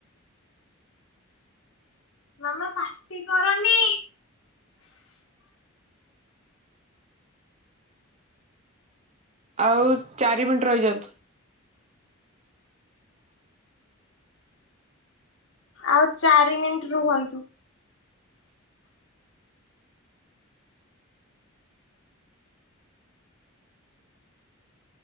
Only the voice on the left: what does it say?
ମାମା ପାଟି କରନି।
ଆଉ ଚାରି ମିନିଟ ରୁହନ୍ତୁ।